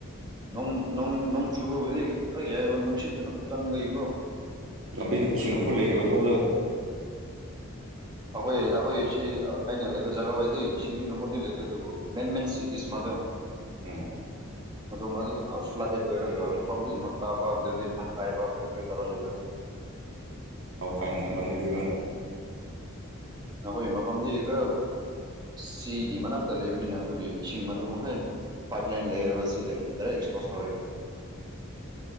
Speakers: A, on the right; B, on the right.
A: ꯅꯣꯡ ꯅꯣꯡ ꯅꯣꯡ ꯆꯨꯕ ꯍꯧꯖꯤꯛ ꯈꯔ ꯌꯥꯏꯕ ꯅꯨꯡꯁꯤꯠꯇꯅ ꯀꯟꯕꯒꯤꯀꯣ
B: ꯂꯝꯕꯤ ꯏꯁꯤꯡꯅ ꯐꯨꯜ ꯂꯩꯈꯤꯕꯁꯨ ꯍꯧꯁꯨ
A: ꯑꯩꯈꯣꯏ ꯑꯩꯈꯣꯏ ꯁꯤ ꯑꯩꯅ ꯂꯩꯕ ꯖꯒꯥ ꯑꯣꯏꯗꯤ ꯏꯁꯤꯡꯗꯤ ꯑꯗꯨꯝꯃꯗꯤ ꯂꯩꯇꯦ ꯑꯗꯨꯕꯨ ꯃꯦꯟ ꯃꯦꯟ ꯁꯤꯇꯤꯁꯃ ꯗꯣ
B: ꯎꯝ
A: ꯑꯗꯨ ꯃꯥꯒꯤ ꯄꯨ ꯐ꯭ꯂꯗꯦꯗ ꯑꯣꯏꯔꯒ ꯎꯝꯕꯤ ꯇꯥꯕ ꯀꯥꯏꯕ ꯀꯔꯤ ꯀꯔꯤ ꯇꯥꯔ ꯂꯩꯦꯒ
B: ꯐꯥꯎ ꯐꯥꯏ ꯅꯪ ꯈꯪꯗꯕ
A: ꯑꯩꯈꯣꯏ ꯃꯐꯝꯗꯤ ꯈꯔ ꯁꯤꯒꯤ ꯃꯅꯥꯛꯇ ꯂꯩꯕꯅꯤꯅ ꯑꯗꯨꯒꯤ ꯏꯁꯤꯡ ꯑꯗꯨ ꯃꯈꯔ ꯄꯥꯏꯠ ꯂꯥꯏꯟ ꯂꯩ ꯄ ꯗꯔ ꯑꯦꯁꯄꯣꯁ